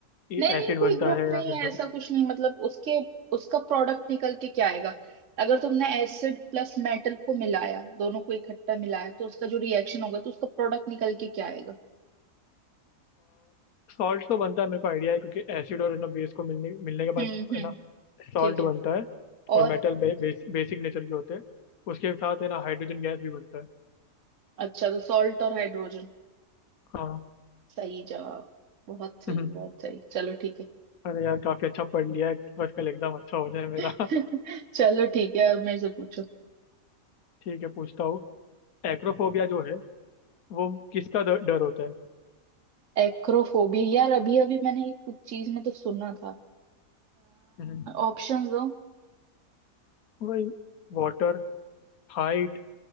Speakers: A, on the left; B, on the right.
A: ये
B: नहीं नहीं
A: एसिड
B: कोई
A: बनता
B: ग्रुप
A: है या
B: नहीं
A: फिर
B: है ऐसा कुछ नहीं मतलब उसके उसका प्रोडक्ट निकल के क्या आएगा अगर तुमने एसिड प्लस मेटल को मिलाया दोनों को इकट्ठा मिलाया तो उसका जो रिएक्शन होगा तो उसका प्रोडक्ट निकल के क्या आएगा
A: सॉल्ट तो बनता है मेरे को आइडिया है क्योंकि एसिड और है ना बेस को मिलने मिलने के
B: हम्म
A: बाद है
B: हम्म
A: ना सॉल्ट
B: ठीक है
A: बनता है और
B: और
A: मेटल बे, बेस, बेसिक नेचर के होते हैं उसके साथ है ना हाइड्रोजन गैस भी बनता है
B: अच्छा तो सॉल्ट और हाइड्रोजन
A: हाँ
B: सही जवाब बहुत सही
A: हम्म,
B: बहुत सही चलो ठीक है
A: अरे यार काफी अच्छा पढ़ लिया है बस कल एग्जाम अच्छा हो जाए मेरा
B: <laughs>
A: <laughs>
B: चलो ठीक है अब मेरे से पूछो
A: ठीक है पूछता हूँ एक्रोफोबिया जो है वो किसका ड- डर होता है
B: एक्रोफोबिया यार अभी अभी मैंने ये कुछ चीज में तो सुना था
A: हम्म,
B: ऑप्शंस दो
A: वही वाटर हाइट